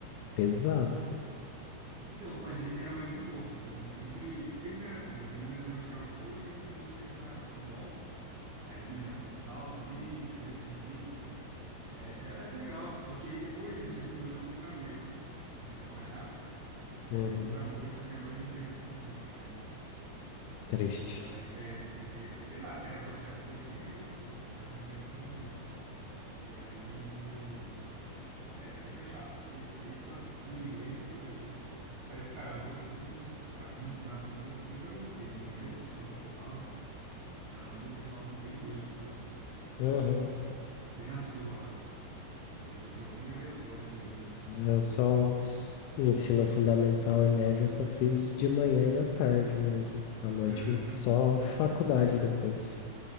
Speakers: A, on the left; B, on the right.
A: pesado.
B: Então, com a gente era mais de boa, assim. Então, sempre, sempre era assim. As meninas iam jogar vôlei e os meninos iam jogar futebol. Aí tinha futsal também, às vezes tinha handball. É, era, era legal. Só que aí depois, no segundo ano, eu fui pra noite. Eu comecei a trabalhar, daí
A: Uhum,
B: eu fui pra noite, só que à noite não tinha educação física mais.
A: triste.
B: Aí, é, porque, sei lá se era por ser à noite, nem lembro o motivo, mas não tinha educação física. E aí, é, aí foi chato, porque aí só tinha inglês e biologia. Mas, cara, à noite, assim, pra mim, estudar à noite eu nunca gostei, ainda mais na escola que eu tava. Porque à noite é um pessoal, assim, bem doido, sabe?
A: Uhum.
B: Não sei na sua lá. Mas é um pessoal bem aleatório assim mesmo.
A: Eu só s- ensino fundamental e médio, eu só fiz de manhã e à tarde mesmo. À noite
B: Aham.
A: só faculdade depois.